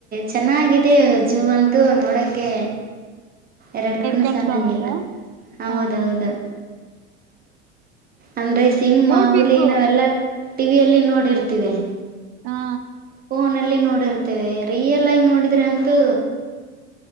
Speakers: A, on the right; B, on the right.
A: ಚೆನ್ನಾಗಿದೆ ಜೂ ಅಂತೂ ನೋಡೋಕ್ಕೆ ಎರಡ್ ಕಡನ
B: ಕಣ್
A: ಸಾಲಂಗಗೆಿಲ್ಲ
B: ಸಾರದ
A: ಹೌದೌದು
B: ಹಾ
A: ಅಂದ್ರೆ ಸಿಮ
B: ನೋಡ್ಬೇಕು
A: ಹುಲಿ ನಾವೆಲ್ಲಾ ಟಿವಿಯಲ್ಲಿ ನೋಡಿರ್ತಿೀವಿ
B: ಹಾ
A: ಫೋನಲ್ಲಿ ನೋಡಿರ್ತೇವೆ ರಿಯಲ್ ಆಗಿ ನೋಡಿದ್ರೆ ಅಂತೂ